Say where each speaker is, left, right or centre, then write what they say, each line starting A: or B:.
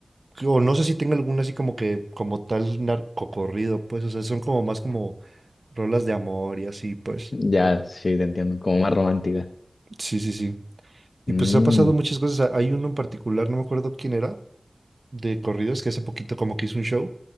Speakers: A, on the right; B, on the left.
A: o no sé si tenga alguna así como que, como tal narcocorrido, pues, o sea, son como más como rolas de amor y así, pues.
B: ya, sí, te entiendo, como más romántica.
A: Sí, sí, sí. Y
B: Mm,
A: pues ha pasado muchas cosas. Hay uno en particular, no me acuerdo quién era, de corridos que hace poquito como que hizo un show